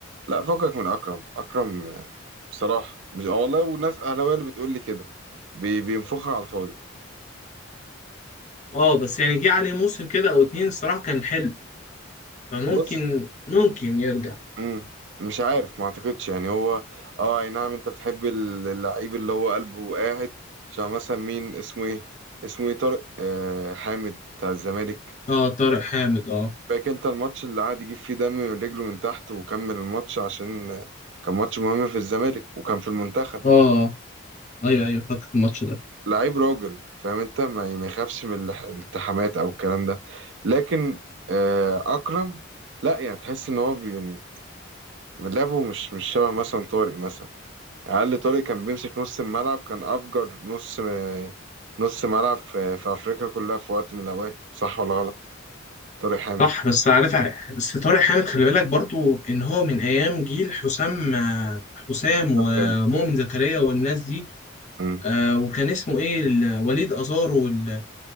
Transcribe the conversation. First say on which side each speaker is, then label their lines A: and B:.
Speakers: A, on the right; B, on the left.
A: لا فكك من اكرم اكرم بصراحه مش آه والله وناس اهلاويه اللي بتقول لي كده بي- بينفخها على الفاضي
B: اه بس يعني جه عليه موسم كده او اتنين الصراحه كان حلو فممكن
A: بص
B: ممكن يرجع
A: مم. مش عارف ما اعتقدش يعني هو اه اي نعم انت بتحب اللعيب اللي هو قلبه قاعد عشان مثلا مين اسمه ايه اسمه ايه طارق آه حامد بتاع الزمالك
B: اه طارق حامد اه
A: فاكر انت الماتش اللي قعد يجيب فيه دم من رجله من تحت وكمل الماتش عشان كان ماتش مهم في الزمالك وكان في المنتخب
B: اه ايوه ايوه فاكر الماتش ده
A: لعيب راجل فاهم انت ما ما يخافش من الح- الالتحامات او الكلام ده لكن آه، اكرم لا يعني تحس ان هو بي- يعني لعبه مش مش شبه مثلا طارق مثلا اقل طارق كان بيمسك نص الملعب كان افجر نص آه، نص ملعب في, في افريقيا كلها في وقت من الاوقات صح ولا غلط طارق حامد
B: صح بس عارف ع- بس طارق حامد خلي بالك برضو ان هو من ايام جيل حسام حسام
A: طب
B: ومؤمن
A: غالي
B: زكريا والناس دي
A: مم.
B: آه وكان اسمه ايه ال- وليد ازار وال...